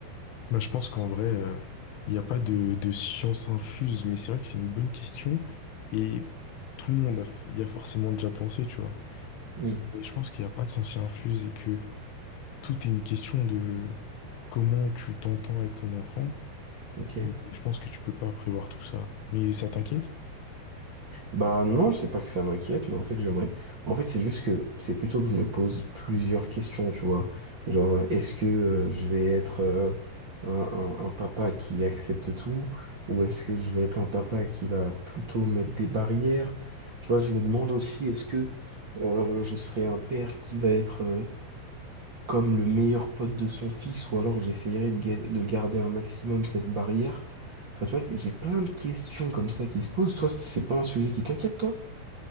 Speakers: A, on the left (about 80°); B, on the right (about 45°).
A: Bah, je pense qu'en vrai, euh, il n'y a pas de, de science infuse, mais c'est vrai que c'est une bonne question et tout le monde a- y a forcément déjà pensé, tu vois.
B: Hmm,
A: Et je pense qu'il n'y a pas de science infuse et que tout est une question de comment tu t'entends avec ton enfant.
B: ok.
A: Et je pense que tu peux pas prévoir tout ça. Mais ça t'inquiète?
B: Bah non, c'est pas que ça m'inquiète, mais en fait j'aimerais. En fait, c'est juste que c'est plutôt que je me pose plusieurs questions, tu vois. Genre, euh, est-ce que euh, je vais être euh, un, un- un papa qui accepte tout, ou est-ce que je vais être un papa qui va plutôt mettre des barrières? Tu vois, je me demande aussi, est-ce que euh, je serai un père qui va être euh, comme le meilleur pote de son fils, ou alors j'essayerai de, ga- de garder un maximum cette barrière. Enfin, tu vois, j'ai plein de questions comme ça qui se posent. Toi, c'est pas un sujet qui t'inquiète, toi?